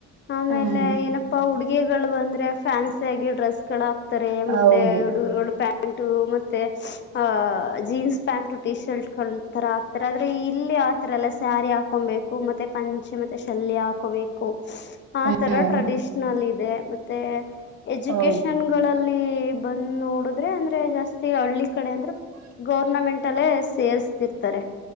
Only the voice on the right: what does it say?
ಹ್ಮ್
ಹೌದು
ಹ್ಮ್
ಹೌದು